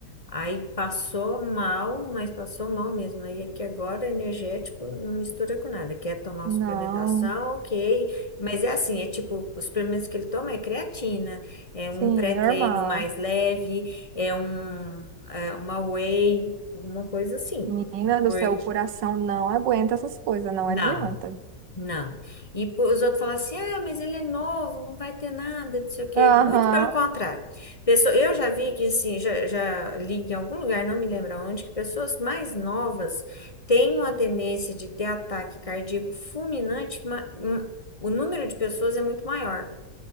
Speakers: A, on the left (about 20°); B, on the right (about 85°).
A: Aí passou mal, mas passou mal mesmo. Aí é que agora energético não mistura com nada. Quer tomar uma
B: Não,
A: suplementação, ok. Mas é assim, é tipo, os suplementos que ele toma é creatina, é um
B: sim,
A: pré-treino
B: normal.
A: mais leve, é um, é uma whey, alguma coisa assim.
B: Menina do
A: Por...
B: céu, o coração não aguenta essas coisas, não
A: Não.
B: adianta.
A: Não. E pô, os outros falam assim: ah, mas ele é novo, não vai ter nada, não sei o quê.
B: Aham.
A: Muito pelo contrário. Pessoa, eu já vi que, assim, já, já li em algum lugar, não me lembro onde, que pessoas mais novas têm uma tendência de ter ataque cardíaco fulminante, ma- um- o número de pessoas é muito maior.